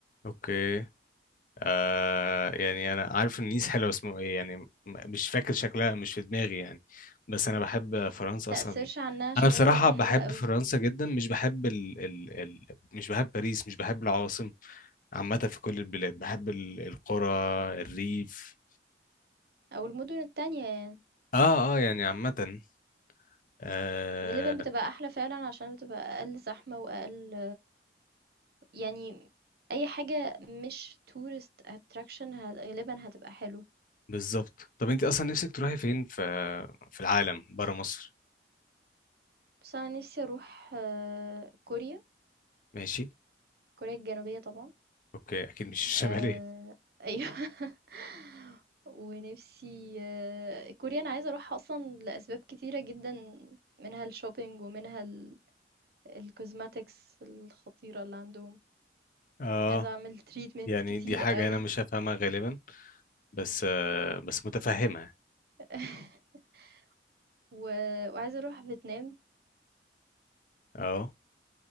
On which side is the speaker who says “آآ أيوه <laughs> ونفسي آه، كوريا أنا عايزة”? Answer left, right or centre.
Right